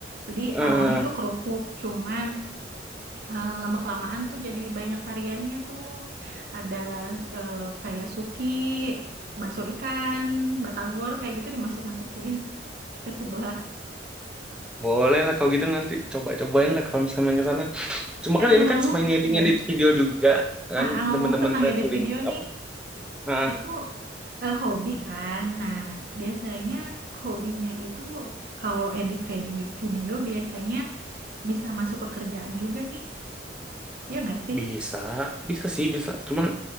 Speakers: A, on the right (about 55°); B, in the centre.
A: Jadi
B: Eh,
A: awalnya tuh kerupuk, cuman eh, lama-kelamaan tuh jadi banyak variannya tuh. Ada eh, kayak suki, bakso ikan, batagor kayak gitu dimasuk-masukin <laughs> ke sebelah.
B: boleh lah kalau gitu nanti coba-cobain lah kalau misalnya main ke sana. Cuma
A: Eh
B: kan
A: ngomong-ngomong
B: ini kan cuma ngedit-ngedit
A: gimana?
B: video juga kan
A: Ah, ah, ngomong-ngomong
B: teman-teman
A: tentang
B: traveling
A: edit video nih,
B: apa eh,
A: itu eh, hobi kan. Nah, biasanya hobinya itu kalau edit video, video biasanya bisa masuk ke kerjaan juga nih. Ya nggak sih?
B: Bisa, bisa sih, bisa. Cuman